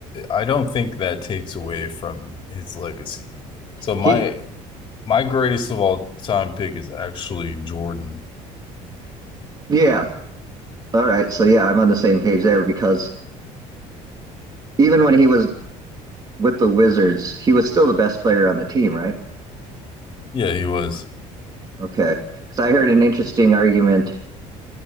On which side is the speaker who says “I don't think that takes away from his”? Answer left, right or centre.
Left